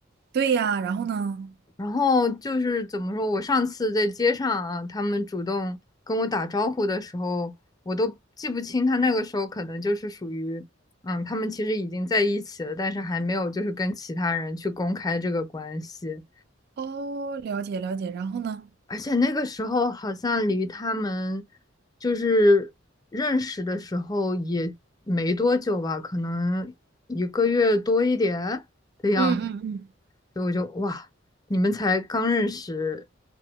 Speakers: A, on the right; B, on the left.
A: 对呀，然后呢？
B: 然后就是怎么说，我上次在街上啊，他们主动跟我打招呼的时候，我都记不清他那个时候可能就是属于，嗯，他们其实已经在一起了，但是还没有就是跟其他人去公开这个关系。
A: 哦，了解了解，然后呢？
B: 而且那个时候好像离他们就是认识的时候也没多久吧，可能一个月多一点的样子，
A: 嗯嗯嗯
B: 所以我就哇，你们才刚认识